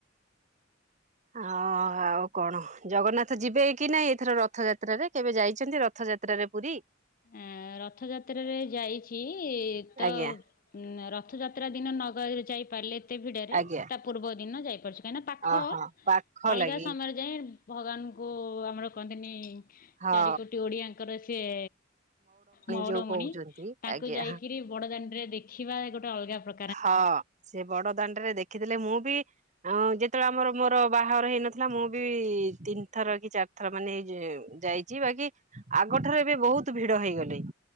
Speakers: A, on the right (about 40°); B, on the left (about 45°).
A: ଆଁ-ଅ-ଅ-ଅ ଆଉ କଣ, ଜଗନ୍ନାଥ ଯିବେ କି ନାଇଁ ଏଥର ରଥଯାତ୍ରାରେ କେବେ ଯାଇଛନ୍ତି ରଥଯାତ୍ରାରେ ପୁରୀ?
B: ଆଁ-ଆ ରଥଯାତ୍ରାରେ ଯାଇଛି-ଇ ତ
A: ଆଜ୍ଞା
B: ଉଁ ର ରଥଯାତ୍ରା ଦିନ ନଗ-ଯାଇପାରିଲେ ଏତେ ଭିଡରେ
A: ଆଜ୍ଞା
B: ତା ପୂର୍ବ ଦିନ ଯାଇପାରୁଛୁ। କାହିଁକିନା ପାଖ,
A: ଅହ ପାଖ
B: ଅଲଗା
A: ଲାଗି
B: ସମୟରେ ଯାଇଁ ଭଗବାନଙ୍କୁ-ଉ-ଉ ଆମର କହନ୍ତିନି
A: ହଁ
B: ଚାରି କୋଟି ଓଡିଆଙ୍କର ସିଏ ମଉଡମଣି,
A: ଯୋଉ କହୁଛନ୍ତି।
B: ତାଙ୍କୁ
A: ଆଜ୍ଞା
B: ଯାଇକିରି ବଡଦାଣ୍ଡରେ ଦେଖିବା ଗୋଟେ ଅଲଗା ପ୍ର
A: ହଁଅ ସେ ବଡ ଦାଣ୍ଡରେ ଦେଖିଦେଲେ ମୁଁ ବି ଅଁ-ଅଁ ଯେତେବେଳେ ଆମର ମୋର ବାହାଘର ହେଇନଥିଲା ମୁଁ ବି-ଇ-ଇ ତିନି ଥର କି ଚାର୍ ଥର ମାନେ ଯ-ଅ-ଯାଇଛି ବାକି ଆଗଠାରୁ ଏବେ ବହୁତ ଭିଡ ହେଇଗଲେଇଁ।